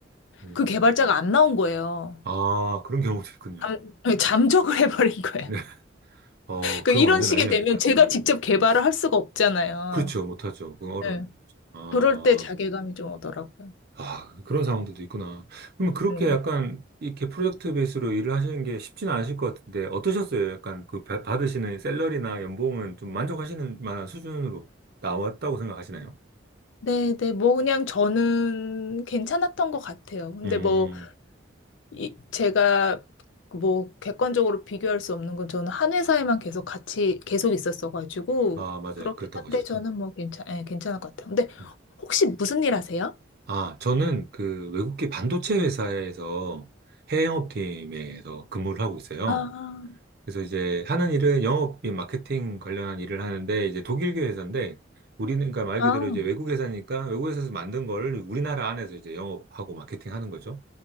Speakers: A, on the right; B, on the left.
A: 음.
B: 그 개발자가 안 나온 거예요.
A: 아, 그런 경우도 있군요.
B: 잠, 잠적을 <laughs> 해버린 거예요.
A: <laughs> 네. 어,
B: 그
A: 그럼
B: 이런
A: 완전
B: 어, 식이
A: 난리 나겠다.
B: 되면 제가
A: 음.
B: 직접 개발을 할 수가 없잖아요.
A: 그렇죠. 못하죠. 그건 어려운
B: 네.
A: 거죠. 아,
B: 그럴 때 자괴감이 좀 오더라고요.
A: 아, 그런 상황들도 있구나. 그러면 그렇게
B: 네.
A: 약간 이렇게 프로젝트 베이스로 일을 하시는 게 쉽지는 않으실 것 같은데 어떠셨어요? 약간 그 바- 받으시는 샐러리나 연봉은 좀 만족하시는 만한 수준으로 나왔다고 생각하시나요?
B: 네, 네, 뭐 그냥 저는 괜찮았던 것 같아요. 근데
A: 음,
B: 뭐 이, 제가 뭐 객관적으로 비교할 수 없는 건 저는 한 회사에만 계속 같이 계속 있었어가지고
A: 아, 맞아요.
B: 그렇긴
A: 그렇다고
B: 한데
A: 하셨죠.
B: 저는 뭐 괜찮, 예, 괜찮을 것 같아요. 근데
A: 음.
B: 혹시 무슨 일 하세요?
A: 아, 저는 그 외국계 반도체 회사에서 해외 영업팀에서 근무를 하고 있어요.
B: 아,
A: 그래서 이제 하는 일은 영업인 마케팅 관련한 일을 하는데 이제 독일계 회사인데 우리는 그러니까 말
B: 아,
A: 그대로 이제 외국 회사니까 외국 회사에서 만든 거를 우리나라 안에서 이제 영업하고 마케팅하는 거죠.